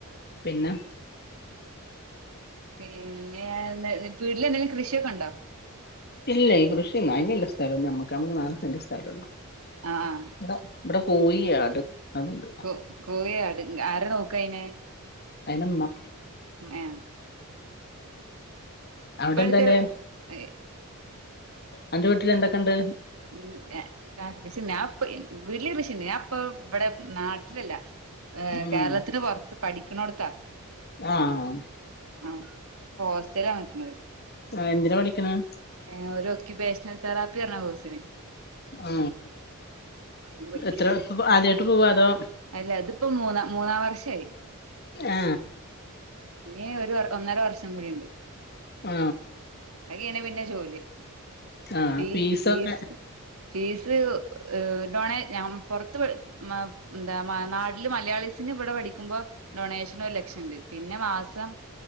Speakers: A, on the left; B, on the right.
A: പിന്നെ
B: പിന്നെ വീട്ടിലെന്തെലും കൃഷിയൊക്കെണ്ടോ
A: ഇല്ലേ കൃഷിഒന്നും അയ്ന്ള്ള സ്ഥലൊന്നും നമ്മക്ക് നമ്മക്ക് നാല് സെന്റ് സ്ഥലൊള്ളു
B: ആ ആ
A: വ്ടെ വ്ടെ കോഴി, ആട്. അത്ണ്ട്
B: കോ കോഴി, ആട് ആരാ നോക്കയ്നെ
A: അയ്നെമ്മ
B: ഉമ്മേ
A: അവടെന്താല്ലേ
B: ഇപ്പ അടുത്ത് ഏഹ്
A: അന്റെ വീട്ടിലെന്തൊക്കെണ്ട്
B: ഉം കൃഷിണ്ട് പ്പൊ വീട്ട്ല് കൃഷിണ്ട് ഞാപ്പ ഇവടെ നാട്ടിലല്ല ഏ
A: ഉം
B: കേരളത്തിന് പൊർത്ത് പഠിക്ക്ണോട്ത്താ
A: ആഹ്
B: ആ ഹോസ്റ്റലാ നിക്ക്ണത്
A: ആ എന്തിനാ പടിക്കണത്
B: ഏ ഒരു ഒക്യുപേഷണൽ തെറാപ്പി പർഞ്ഞ കോഴ്സിന്
A: ആ
B: അയിന് പഠിക്ക
A: എത്ര ആദ്യായിട്ട് പോവാ അതോ
B: അല്ല ഇതിപ്പോ മൂന്ന മൂന്നാം വർഷായി
A: ആ
B: ഇനി ഒര് വർ ഒന്നര വർഷങ്ങൂടിണ്ട്
A: ആ
B: കഴിഞ്ഞ് കഴിഞ്ഞാ പിന്നെ ജോലി
A: ആഹ്
B: ഫീ
A: ഫീസൊക്കെ
B: ഫീസ് ഫീസ് ഡോണേ ഞാ പുറത്ത് മ് എന്താ നാട്ടില് മലയാളിസിന് ഇവിടെ പഠിക്കുമ്പോ ഡൊണേഷൻ ഒരു ലക്ഷണ്ട് പിന്നെ മാസം